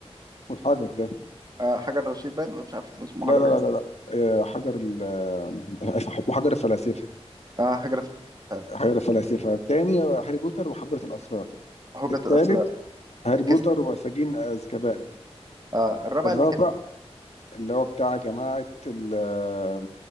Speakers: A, on the left; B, on the right.
A: والحجر ده
B: آه حجر رشيد باين مش عارف كان اسمه
A: لا
B: حجر
A: لا لا
B: ايه
A: لا لا آه، حجر ال... آه، وحجر الفلاسفة
B: آه حجر فعلا.
A: حجر الفلاسفة التاني هاري بوتر وحجرة الأسرار
B: هجة
A: التالت
B: الأسرى
A: هاري بوتر
B: كاس
A: وسجين أزكبان
B: آه الرابع
A: الرابع
B: اللي كان
A: اللي هو بتاع جماعة ال... آه،